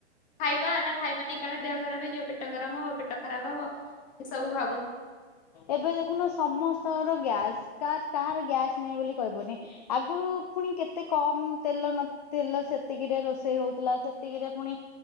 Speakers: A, on the left; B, on the left.
A: ଖାଇବା ନା ଖାଇବାନି, କାଳେ ଦେହ ଖରାପ ହେଇଯିବ, ପେଟ ଗରମ ହବ, ପେଟ ଖରାପ ହବ। ଏସବୁ ଭାବୁଛନ୍ତି।
B: ଏବେ ଦେଖୁନ ସମସ୍ତଙ୍କର ଗ୍ୟାସ୍ କା କାହାର ଗ୍ୟାସ୍ ନାହିଁ ବୋଲି କହିବନି, ଆଗରୁ ପୁଣି କେତେ କମ ତେଲ ନ ତେଲ ସେତିକିରେ ରୋଷେଇ ହଉଥିଲା, ସେତିକିରେ ପୁଣି